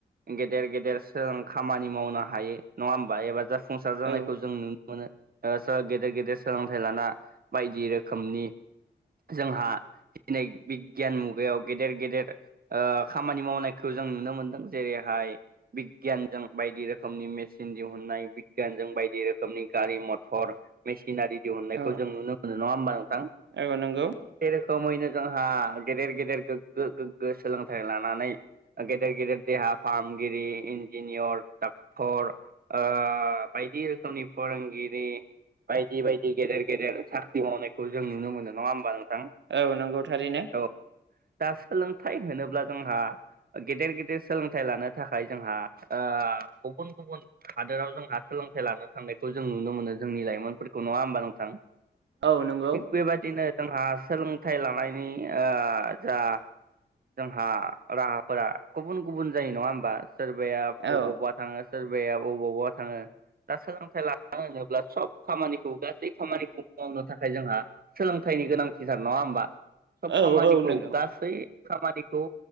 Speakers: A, on the right (about 55°); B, on the right (about 80°).
A: गेदेर गेदेर सोर खामानि मावनो हायो नङा होमबा एबा ज फुंसार जानायखौ
B: औ
A: जों नुनो मोनो गेदेर गेदेर सोलोंथाइ लाना बायदि रोखोमनि जोंहा दिनै बिगियान मुगायाव गेदेर गेदेर ओ खामानि मावनायखौ जों नुनो मोनदों जेरैहाय बिगियानजों बायदि रोखोमनि मेसिन दिहुनाय बिगियानजों बायदि रोखोमनि गारि मथर मेसिनारि दिहुननायखौ
B: औ
A: जों नुनो मोनो नङा होमबा नोंथां
B: औ नंगौ
A: बे रोखोमैनो जोंहा गेदेर गेदेर गोग्गो गोग्गो सोलोंथाइ लानानै गेदेर गेदेर देहा फाहामगिरि इन्जिनियर डाक्टर ओ बायदि रोखोमनि फोरोंगिरि बायदि बायदि गेदेर गेदेर साख्रि मावनायखौ जों नुनो मोनो नङा होमबा नों दां
B: औ नंगौ थारैनो
A: औ दा सोलोंथाइ होनोब्ला जोंहा गेदेर गेदेर सोलोंथाइ लानो थाखाय जोंहा ओ गुबुन गुबुन हादोराव जों नोंहा सोलोंथाइ लानो थांनायखौ जों नुनो मोनो जोंनि लाइमोनफोरखौ नङा होमबा नोंथां
B: औ नंगौ
A: थिक बेबायदिनो जोंहा सोलोंथाइ लानायनि ओ जा जोंहा राहा फोरा गुबुन गुबुन जायो नङा होमबा सोरबाया बबावबा
B: औ
A: थाङो सोरबाया बबावबा थाङो दा सोलोंथाइ लानो होनोब्ला सब खामानिखौ गासै खामानिखौ मावनो थाखाय जोंहा सोलोंथाइ गोनांथिथार नङा होमबा सब
B: औ
A: खामानिखौ
B: औ नंगौ
A: गासै खामानिखौ